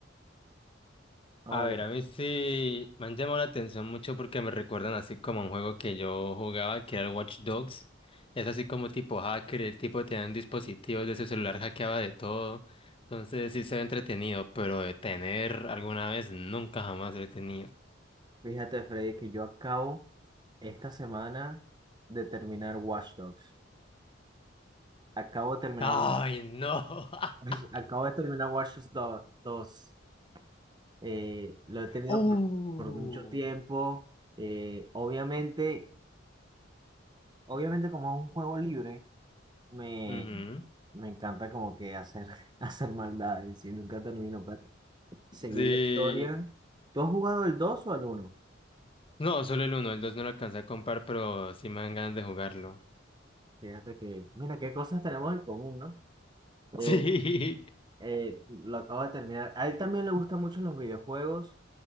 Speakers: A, on the right; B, on the left.
A: Oh,
B: A ver, a mí sí me han llamado la atención mucho porque me recuerdan así como a un juego que yo jugaba, que era el Watch Dogs. Es así como tipo hacker, el tipo tenía un dispositivo de su celular, hackeaba de todo. Entonces sí se ve entretenido, pero de tener alguna vez nunca jamás lo he tenido.
A: fíjate, Freddy, que yo acabo esta semana de terminar Watch Dogs. Acabo de terminar,
B: ¡Ay,
A: Watch-
B: no! <laughs>
A: <laughs> acabo de terminar Watch Dogs dos. eh, lo he tenido
B: Oh.
A: por, por mucho tiempo. eh, obviamente, obviamente como es un juego libre, me,
B: Ujú.
A: me encanta como que hacer, <laughs> hacer maldades y nunca termino para seguir
B: Sí.
A: la historia. ¿Tú has jugado el 2 o el uno
B: No, solo el uno, el dos no lo alcancé a comprar, pero sí me dan ganas de jugarlo.
A: Fíjate que, mira, qué cosas tenemos en común, ¿no?
B: <laughs> Sí.
A: Eh, eh, lo acabo de terminar. A él también le gustan mucho los videojuegos.